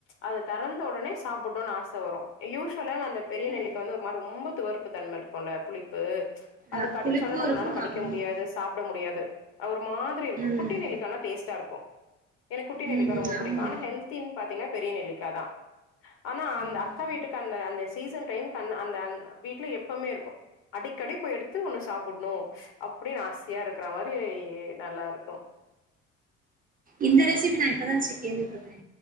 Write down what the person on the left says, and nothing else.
அது தெறந்த ஒடனே சாப்புட்னுன் ஆச வரு யூஷ்வலாவெ அந்த பெரிய நெல்லிக்கா
வந்து ஒரு மார் ரொம்ப துவர்ப்பு தன்மல் குல்ல புளிப்பு அது
கடிச்சோனா
நம்மனால
கடிக்க
முடியாது சாப்ட முடியாது அ ஒரு மாதிரி இருக்கு
குட்டி நெல்லிக்கான டேஸ்ட்டா இருக்கு எனக் குட்டி நெல்லிக்கா
ரொம்ப புடிக்கு
ஆனா ஹெல்தின் பாத்தீங்னா பெரிய நெல்லிக்கா தா ஆனா அந்த
அக்கா வீட்டுக்கு அந்த அந்த சீசன் டைம்க்கு அண் அந்த அந் வீட்ல எப் பமே இருக்கு அடிக்கடி போய் எடுத்து ஒன்னு சாப்புட்னு அப்புடின் ஆசையா இருக்குற மாரி நல்லாருக்கு